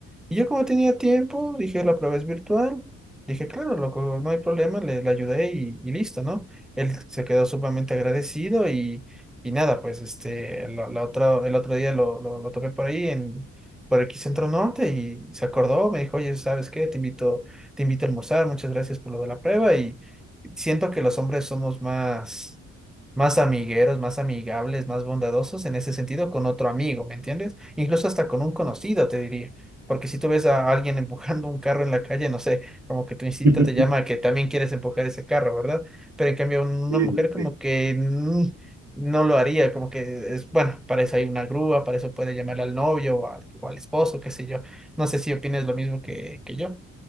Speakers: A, in the centre; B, on the right.
A: Y yo como tenía tiempo, dije, la prueba es virtual. Dije, claro, loco, no hay problema, le, le ayudé y, y listo, ¿no? Él se quedó sumamente agradecido y, y nada, pues este, la, la otra, el otro día lo, lo, lo topé por ahí en, por aquí Centro Norte y se acordó, me dijo, oye, ¿sabes qué? Te invito, te invito a almorzar, muchas gracias por lo de la prueba y siento que los hombres somos más, más amigueros, más amigables, más bondadosos en ese sentido con otro amigo, ¿me entiendes? Incluso hasta con un conocido, te diría. Porque si tú ves a alguien <laughs> empujando un carro en la calle, no sé, como que tu instinto
B: <laughs>
A: te llama a que también quieres empujar ese carro, ¿verdad? Pero en cambio una
B: Sí,
A: mujer como
B: sí.
A: que mm, no lo haría, como que es, bueno, para eso hay una grúa, para eso puede llamar al novio o al, o al esposo, qué sé yo. No sé si opinas lo mismo que, que yo.